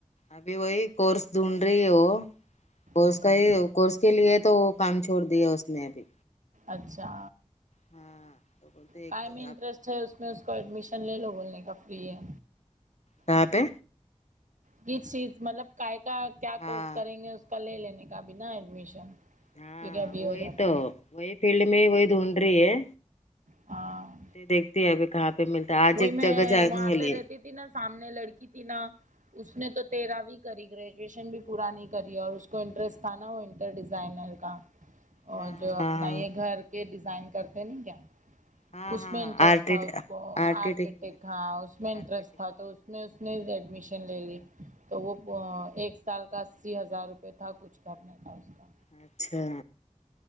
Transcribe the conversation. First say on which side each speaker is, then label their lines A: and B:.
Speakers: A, on the left; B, on the right.
A: ابھی وہی کورس ڈھونڈ رہی ہے وہ کورس
B: ہوں
A: کا ہی کورس کے لیے تو وہ کام چھوڑ دیا اس نے ابھی
B: اچھا
A: ہاں تو بولتے ایک
B: کاے میں انٹرسٹ
A: آپ
B: ہے اس میں اس کو ایڈمیشن لے لو بولنے کا فری ہے
A: کہاں
B: ابھی
A: پہ
B: کس چیز مطلب کاے کا کیا
A: ہاں
B: کورس کریں گے اس کا لے لینے کا بھی نا ایڈمیشن
A: ہاں
B: ٹھیک ہے ابھی
A: وہی
B: ہو جاتا
A: تو وہی فیلڈ میں ہی وہی ڈھونڈ رہی ہے
B: آں
A: دیکھتے ہے ابھی کہاں پہ ملتا ہے آج ایک
B: میں
A: جگہ جانے
B: وہاں
A: والے
B: پہ رہتی
A: ہے
B: تھی نہ سامنے لڑکی تھی نا اس نے تو تیرہویں کری گریجویشن بھی پورا نہیں کری اور اس کو انٹرسٹ تھا نا پر ڈیزائنر کا
A: ہاں
B: اور جو اپنا یہ گھر کے ڈیزائن کرتے نہیں کیا
A: ہاں
B: اس
A: ہاں
B: میں انٹرسٹ
A: آرٹیٹ
B: تھا اس کو
A: آرٹیٹیک
B: آرکٹ
A: میں
B: ایک ہاں اس میں
A: آرکیٹیکٹ،
B: انٹرسٹ تھا تو اس میں اس نے ایڈمیشن لے لی تو وہ ایک سال کا اسی ہزار روپئے تھا کچھ کرنے کا اس کا
A: اچھا